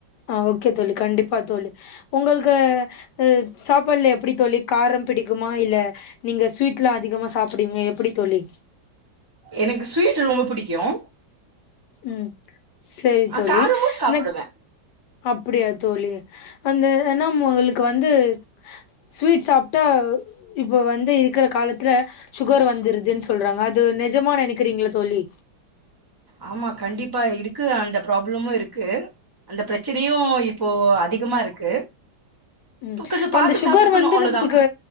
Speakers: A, on the left; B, on the right.
A: ஆஹ் ஓகே தோழி கண்டிப்பா தோழி உங்களுக்கு அஹ் சாப்பாடுல எப்டி தோழி காரம் பிடிக்குமா இல்ல நீங்க ஸ்வீட்லா அதிகமா சாப்பிடுவீங்க எப்டி தோழி
B: எனக்கு ஸ்வீட் ரொம்ப புடிக்கும்
A: உம் செரி
B: ஆ
A: தோழி
B: காரமு சாப்டுவே
A: எனக் அப்டியா தோழி அந்த என்னா உங்களுக்கு வந்து ஸ்வீட் சாப்டா இப்ப வந்து இருக்ற காலத்துல சுகர் வந்துருதுன் சொல்றாங்க அது நெஜமா நெனைக்கிறீங்களா தோழி
B: ஆமா கண்டிப்பா இருக்கு அந்த ப்ராப்ளமு இருக்கு அந்த பிரச்சனையு இப்போ அதிகமா இருக்கு
A: உம்
B: இப்ப கொஞ்சோ
A: அந்த
B: பாத்து
A: சுகர்
B: சாப்ட்டுக்கணு
A: வந்து
B: அவ்ளோதா
A: நம்மளுக்கு